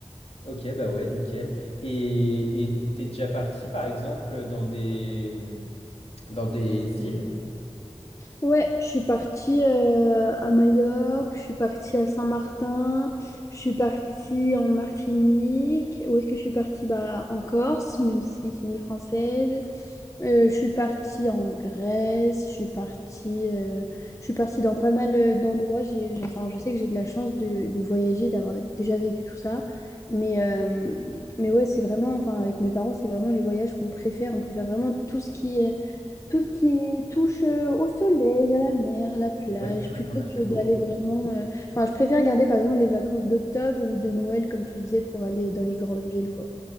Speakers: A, on the left; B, on the left.
A: Ok, bah ouais, nickel. Et et t'es déjà parti, par exemple, dans des, mmh, dans des îles?
B: Ouais, je suis partie euh, à Majorque, je suis partie à Saint-Martin, je suis partie en Martinique. Où est-ce que je suis partie? Bah, en Corse, même si c'est une île française. Euh, je suis partie en Grèce, je suis partie, euh, je suis partie dans pas mal euh, d'endroits. J'ai, j'ai- enfin, je sais que j'ai de la chance de, de voyager, d'avoir déjà vécu tout ça. Mais, euh, mais ouais, c'est vraiment, enfin, avec mes parents, c'est vraiment les voyages qu'on préfère. On préfère vraiment tout ce qui, est- tout ce qui touche euh, au soleil, à la mer, à la plage,
A: Ouais, purée,
B: plutôt
A: t'en as
B: que
A: fait beaucoup.
B: d'aller vraiment. euh, Enfin, je préfère garder par exemple les vacances d'octobre ou de Noël, comme tu disais, pour aller dans les grandes villes, quoi.